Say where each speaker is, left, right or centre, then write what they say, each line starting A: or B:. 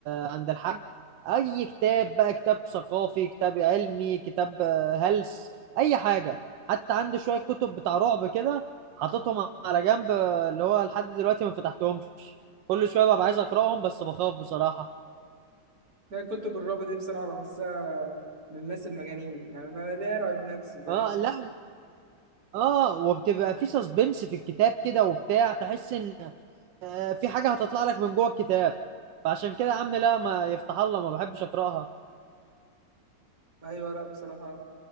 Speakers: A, on the right; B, on the right.
A: عند الحاج أي كتاب بقى كتاب ثقافي كتاب علمي كتاب آه، هلس أي حاجة حتى عنده شوية كتب بتاع رعب كده حاططهم على جنب آه، اللي هو لحد دلوقتي ما فتحتهمش كل شوية ببقى عايز أقرأهم بس بخاف بصراحة
B: لا كتب الرابط دي بصراحة بحسها للناس المجانين يعني أنا ليه أرعب نفسي فاهم؟
A: اه لا اه وبتبقى في سسبنس في الكتاب كده وبتاع تحس ان آه، في حاجة هتطلع لك من جوه الكتاب فعشان كده يا عم لا ما يفتح الله ما بحبش أقرأها
B: أيوة لأ بصراحة